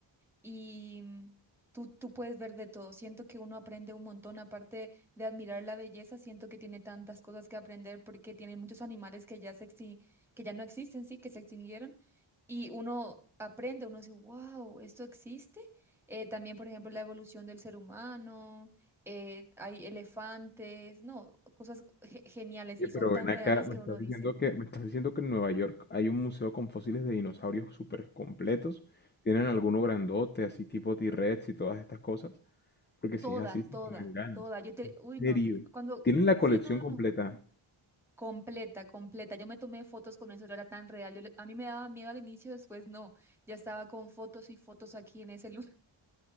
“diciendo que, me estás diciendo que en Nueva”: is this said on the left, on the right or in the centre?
Left